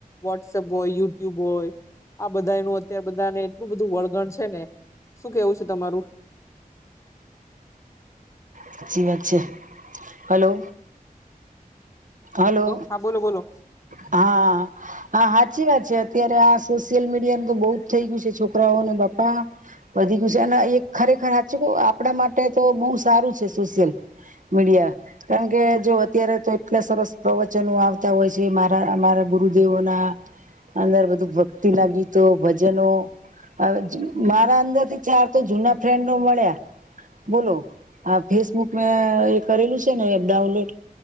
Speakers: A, on the left; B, on the right.
A: વોટ્સએપ હોય, યુટ્યુબ હોય, આ બધાનું અત્યાર બધાને એટલું બધું વળગણ છે, ને શું કેવું છે, તમારું?
B: સાચી વાત છે, હાલો હલો
A: હા બોલો બોલો
B: હા. હા હાચી વાત છે અત્યારે આ સોશિયલ મીડિયાનું તો બહુ જ થઈ ગયું છે છોકરાઓને બાપા વધી ગયું છે અને એ ખરેખર સાચું કહું આપડા માટે તો બહુ સારું છે સોશ્યલ મીડિયા કારણ કે જો અત્યારે તો એટલા સરસ પ્રવચનો આવતા હોય છે મારા અમારા ગુરુદેવોના અંદર બધું ભક્તિના ગીતો ભજનો હવે જે મારા અંદર થી ચાર તો જૂના ફ્રેન્ડો મળ્યા બોલો. આ ફેસબુક મેં એ કરેલું છે ને એપ ડાઉનલોડ